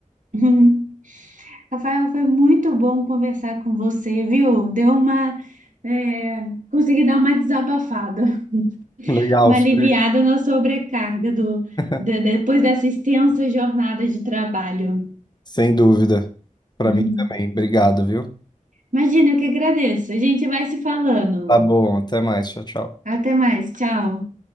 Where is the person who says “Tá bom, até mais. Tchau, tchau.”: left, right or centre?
Left